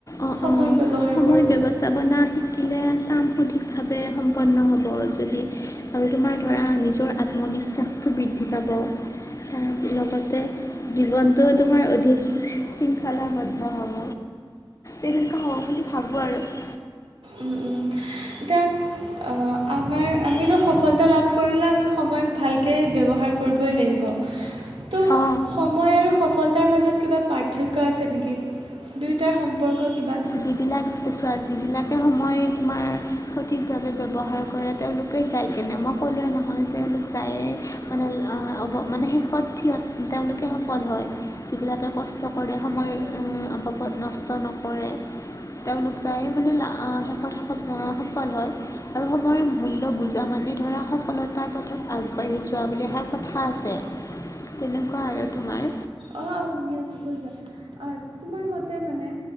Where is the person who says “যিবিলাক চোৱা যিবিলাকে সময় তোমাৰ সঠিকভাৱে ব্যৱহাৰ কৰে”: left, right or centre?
Left